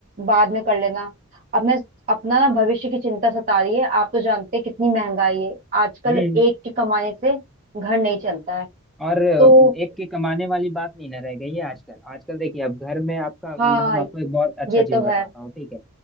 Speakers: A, on the right; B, in the centre.
A: बाद में कर लेना अब मैं अपना ना भविष्य की चिंता सता रही है आप तो जानते हैं कितनी महंगाई है आजकल
B: हम्म
A: एक की कमाने से घर नहीं चलता है
B: और एक
A: तो
B: के कमाने वाली बात नहीं ना रह गई है आजकल आजकल देखिए अब घर में आपका
A: हाँ
B: हम आपको एक बहुत अच्छा
A: ये
B: चीज
A: तो
B: बताता
A: है
B: हूँ ठीक है